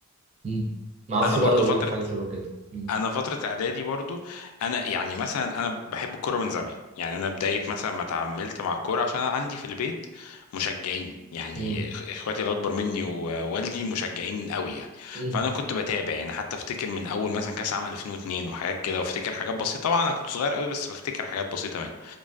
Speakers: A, on the right; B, on the left.
A: مم. ما اعرفش
B: انا برضو
A: بقى لو
B: فتره
A: ليك حاجه شبه كده مم.
B: انا فتره اعدادي برضو انا يعني مثلا انا بحب الكوره من زمان يعني انا بدايه مثلا ما اتعاملت مع الكوره عشان انا عندي في البيت مشجعين يعني
A: مم.
B: إخ- اخواتي الاكبر مني ووالدي مشجعين قوي يعني
A: مم.
B: فانا كنت بتابع يعني حتى افتكر من اول مثلا كاس عام 2002 وحاجات كده وافتكر حاجات بسيطه طبعا انا كنت صغير قوي بس بفتكر حاجات بسيطه منها